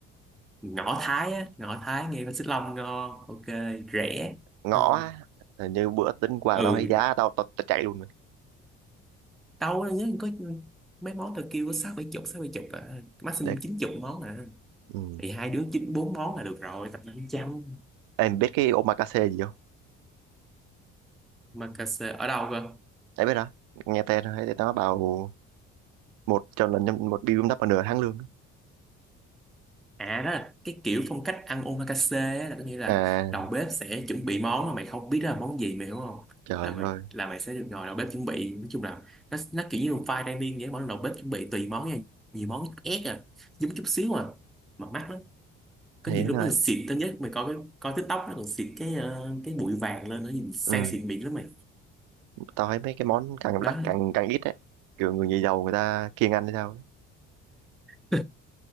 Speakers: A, in the centre; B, on the right.
A: ngõ Thái á ngõ Thái ngay bên Xích Long ngon ok rẻ
B: ngõ
A: ngon
B: á. Ờ, như bữa tính quà
A: ừ
B: tao thấy giá tao tao, tao chạy luôn rồi
A: đâu nhớ có mấy món tôi kêu có sáu bảy chục sáu bảy chục à. maximum
B: đấy
A: chín chục món à
B: ừ.
A: thì hai đứa chín bốn món là được rồi tập năm trăm
B: em biết cái omakase gì không
A: mà cà xê ở đâu cơ
B: đấy biết đó nghe tên thôi thấy nó bảo một cho lần một bill đắp vào nửa tháng lương
A: À đó là cái kiểu phong cách ăn omakase á, là có nghĩa là
B: à
A: đầu bếp sẽ chuẩn bị món mà mày không biết đó là món gì mày hiểu không?
B: trời
A: Là mày
B: ơi
A: là mày sẽ được ngồi đầu bếp chuẩn bị nói chung là nó nó kiểu như một file dining vậy mỗi lần đầu bếp chuẩn bị tùy món nha nhiều món ép à giống chút xíu à mà mắc lắm có
B: thế
A: nhiều lúc
B: thôi
A: nó còn xịt tới nhất mày coi cái coi TikTok nó còn xịt cái ờ, cái bụi vàng lên nó nhìn sang
B: Ừ,
A: xịn mịn lắm mày
B: tao thấy mấy cái món càng
A: đó
B: đắt càng càng ít đấy. Kiểu người nhà giàu người ta kiêng ăn hay sao? ấy.
A: <laughs>